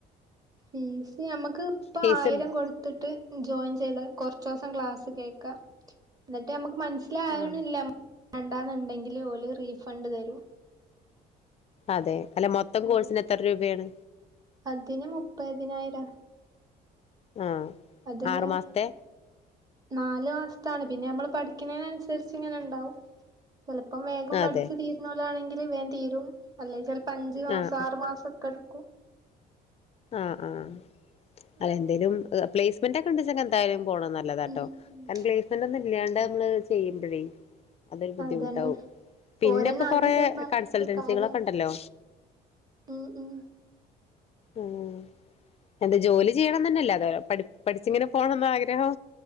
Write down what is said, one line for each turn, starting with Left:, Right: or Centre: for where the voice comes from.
Right: ഫീസ് നമുക്ക് ഇപ്പ
Left: ഫീസ്ണ്ട്
Right: ആയിരം കൊടു ട് ജോയിൻ ചെയ്ത കുറച്ചോസം ക്ലാസ്സ് കേൾക്ക എന്നിട്ട് നമുക്ക് മനസില.
Left: ആഹ
Right: <unintelligible> ല്ല വേണ്ടാെന്നുണ്ടെങ്കിൽ ഓല് റീഫണ്ട് തരും.
Left: അതെ അല്ല മൊത്തം കോഴ്സിന്
Right: ഉം
Left: എത്ര രൂപയാണ്.
Right: അതിന് മുപ്പതിനായിരം.
Left: ആഹ്
Right: അതിങ്ങനെ
Left: ആറു മാസത്തെ
Right: നാല് മാസത്താണ് പിന്നെ നമ്മള് പഠിക്കുന്നതിനന്നുസരിച്ച് ഇങ്ങനെ ഉണ്ടാവും ചെലപ്പം വേഗം പഠിച്ചു
Left: അതെ
Right: തീരുന്ന ഓലാണെങ്കില് വേഗം തീരും. അല്ലേ ചെലപ്പോ അഞ്ചു മാസം
Left: ആഹ്
Right: ആറു മാസം ഒക്കെ എടുക്കു
Left: ആഹ് ആഹ് അതെന്തേലും
Right: അങ്ങനെ
Left: പ്ലേസ്മെന്റ് ഒക്കെ <unintelligible> എന്തായാലും പോണത് നല്ലതാട്ടോ
Right: ഉം ഉം
Left: കാരണം പ്ലേസ്മെന്റ് ഒന്നും ഇല്ലാണ്ട് നമ്മള് ചെയ്യുമ്പഴേ അതൊരു ബുദ്ധിമുട്ടാവും
Right: അതന്നെ
Left: പിന്നെ
Right: ഓരന്നെ
Left: ഇപ്പോ
Right: ആക്കി
Left: കൊറെ
Right: തരുമ്പോ നമ്മക്കൊരു
Left: കൺസൾട്ടൻസികളൊക്കെ
Right: കാര്യാ
Left: ഒണ്ടല്ലോ
Right: ഉം ഉം
Left: ഉം എന്താ ജോലി ചെയ്യണം തന്നെയല്ലേ അതോ പഠിച്ചിങ്ങനെ പോണന്ന ആഗ്രഹോ